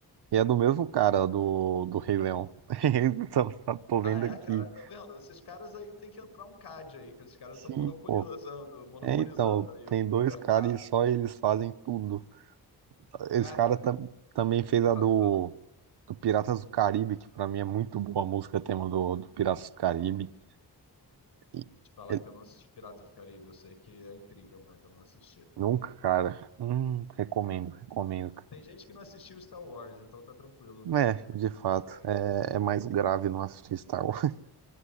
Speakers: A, on the right (about 85°); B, on the left (about 80°).
A: E é do mesmo cara do, do Rei Leão. <laughs> Tô tô
B: Ah,
A: vendo
B: é,
A: aqui.
B: cara, tá vendo? Esses caras aí tem que entrar um CAD aí, que esses caras
A: Sim,
B: estão monopolizando,
A: pô.
B: monopolizando
A: É, então,
B: aí
A: tem
B: o,
A: dois
B: o mercado.
A: caras e só eles fazem tudo. Esse
B: Cara,
A: cara tam- também fez a
B: fala,
A: do,
B: fala.
A: do Piratas do Caribe, que pra mim é muito boa a música tema do, do Piratas do Caribe. E
B: Te falar
A: ele-
B: que eu não assisti Piratas do Caribe, eu sei que é incrível, mas eu não assisti.
A: nunca, cara. Hum, recomendo, recomendo. cara.
B: Tem gente que não assistiu Star Wars, então tá tranquilo não ter
A: É,
B: assistido Piratas
A: de fato.
B: do Caribe.
A: É, é mais grave não assistir Star Wars. <laughs>